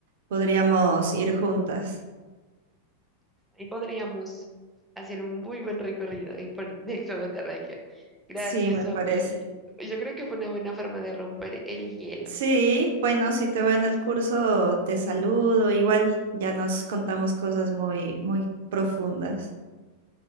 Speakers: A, on the right; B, in the centre.
A: Podríamos ir juntas.
B: Ahí podríamos hacer un muy buen recorrido eh, por <laughs> el globo terráqueo. Gracias,
A: Sí, me
B: Sofi.
A: parece.
B: Yo creo que fue una buena forma de romper el hielo.
A: Sí, bueno, si te veo en el curso, te saludo. Igual ya nos contamos cosas muy, muy profundas.